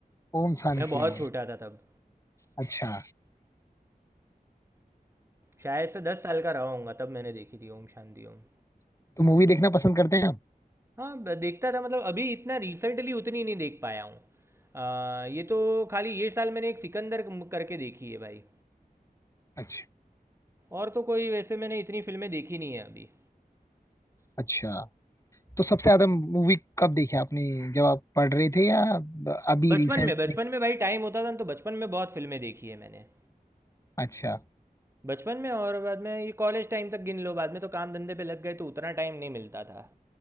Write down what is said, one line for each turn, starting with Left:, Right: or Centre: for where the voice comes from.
Left: ओम शांति
Right: मैं बहुत छोटा
Left: ओम
Right: था तब
Left: अच्छा
Right: शायद से दस साल का रहा होऊंगा तब मैंने देखी थी ओम शांति ओम
Left: तो मूवी देखना पसंद करते हैं आप
Right: हाँ ब- देखता था मतलब अभी इतना रिसेंटली उतनी नहीं देख पाया हूँ आ, ये तो खाली ये साल मैंने एक सिकंदर कम- करके देखी है भाई
Left: अच्छा
Right: और तो कोई वैसे मैंने इतनी फिल्में देखी नहीं है अभी
Left: अच्छा तो सबसे ज्यादा मूवी कब देखी आपने जब आप पढ़ रहे थे या अभी
Right: बचपन
Left: रिसेंट
Right: में बचपन
Left: में
Right: में भाई टाइम होता था ना तो बचपन में बहुत फिल्में देखी है मैंने
Left: अच्छा
Right: बचपन में और बाद में ये कॉलेज टाइम तक गिन लो बाद में तो काम धंधे पे लग गए तो उतना टाइम नहीं मिलता था